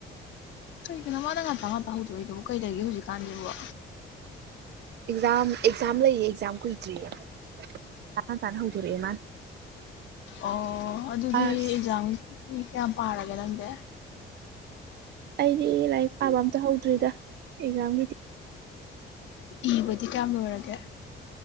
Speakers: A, on the left; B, on the right.
A: ꯀꯔꯤꯒꯤꯅꯣ ꯃꯥꯗ ꯉꯄ ꯉꯠꯄ ꯍꯧꯗꯣꯛꯏꯗꯕꯣ ꯀꯩꯗꯒꯦ ꯍꯧꯖꯤꯛꯀꯥꯟꯁꯤꯦꯣ
B: ꯑꯦꯛꯖꯥꯝ ꯑꯦꯛꯖꯥꯝ ꯂꯩꯌꯦ ꯑꯦꯛꯖꯥꯝ ꯀꯨꯏꯗ꯭ꯔꯤꯌꯦ ꯇꯥꯅ ꯇꯥꯅ ꯍꯧꯗꯣꯔꯛꯑꯦ ꯃꯥꯅ
A: ꯑꯣ ꯑꯗꯨꯗꯤ
B: ꯑꯁ
A: ꯑꯦꯛꯖꯥꯝ ꯀꯌꯥꯝ ꯄꯥꯔꯒꯦ ꯅꯪꯗꯤ
B: ꯑꯩꯗꯤ ꯂꯥꯏꯔꯤꯛ ꯄꯥꯕ ꯑꯝꯇ ꯍꯧꯗ꯭ꯔꯤꯗ ꯑꯦꯛꯖꯥꯝꯒꯤꯗꯤ
A: ꯏꯕꯗꯤ ꯀꯌꯥꯝ ꯂꯣꯏꯔꯒꯦ